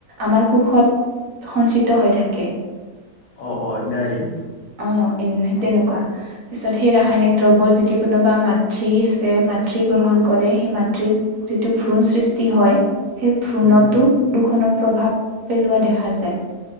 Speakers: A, on the right; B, on the left.
A: আমাৰ কোষত সঞ্চিত হৈ থাকে।
B: অ', অ', ইনডাইৰেক্টলি
A: অ'অ' <unintelligible>
B: অ',
A: তেনেকুৱা পিছত সেই ৰাসায়নিক
B: অ', অ',
A: দ্ৰব্য যদি কোনোবা মাতৃ আছে মাতৃ গ্ৰহণ কৰে সেই মাত তৃৰ যিটো ভ্ৰূণ সৃষ্টি হয় সেই ভ্ৰূণতো
B: হুম, হুম,
A: প্ৰদূষনৰ প্ৰভাৱ পেলোৱা দেখা যায়।